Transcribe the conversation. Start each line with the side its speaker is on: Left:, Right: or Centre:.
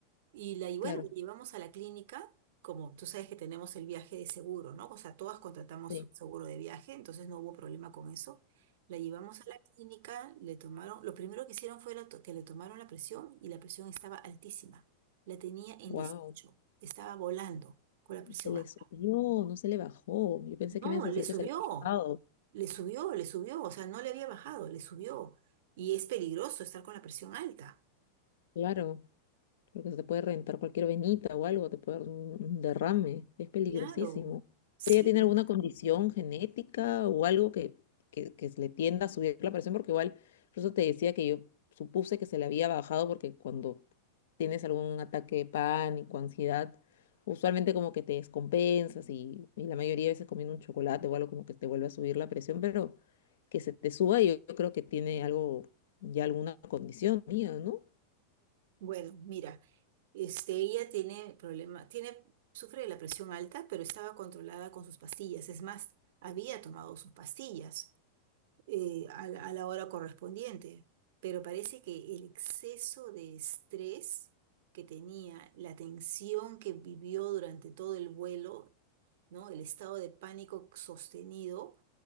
Right: y, la, y bueno,
Left: Claro,
Right: la llevamos a la clínica, como tú sabes que tenemos el viaje de seguro, ¿no? O sea, todas contratamos
Left: sí.
Right: un seguro de viaje, entonces no hubo problema con eso. La llevamos a la clínica, le tomaron, lo primero que hicieron fue la to- que le tomaron la presión y la presión estaba altísima. La tenía en
Left: Wow,
Right: dieciocho estaba volando con la presión
Left: se le
Right: alta.
Left: subió, no se le bajó. Yo pensé
Right: No,
Left: que me ibas a
Right: le
Left: decir
Right: subió,
Left: que se le había bajado.
Right: le subió, le subió, o sea, no le había bajado, le subió. Y es peligroso estar con la presión alta.
Left: Claro. porque se te puede reventar cualquier venita o algo, te puede dar un un derrame, es peligrosísimo.
Right: Claro, sí.
Left: Pero ella tiene alguna condición genética o algo que, que, que le tienda a subir la presión, porque igual, por eso te decía que yo supuse que se le había bajado, porque cuando tienes algún ataque de pánico, ansiedad, usualmente como que te descompensas y, y la mayoría de veces comiendo un chocolate o algo como que te vuelve a subir la presión, pero que se te suba, yo, yo creo que tiene algo, ya alguna condición mía, ¿no?
Right: Bueno, mira, este, ella tiene problema, tiene, sufre de la presión alta, pero estaba controlada con sus pastillas. Es más, había tomado sus pastillas eh, a, la a la hora correspondiente, pero parece que el exceso de estrés que tenía, la tensión que vivió durante todo el vuelo, ¿no? El estado de pánico sostenido